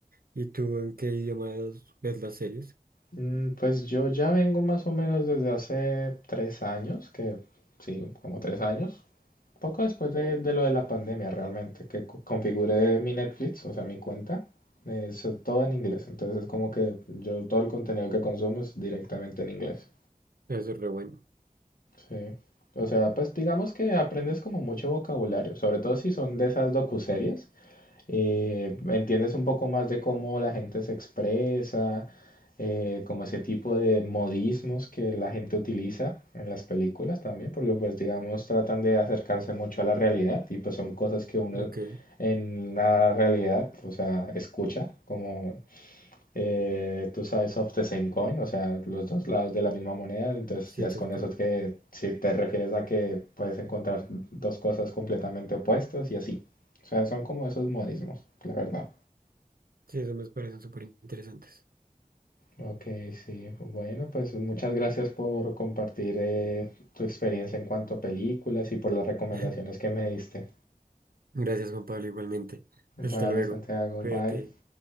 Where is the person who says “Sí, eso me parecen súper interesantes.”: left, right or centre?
Right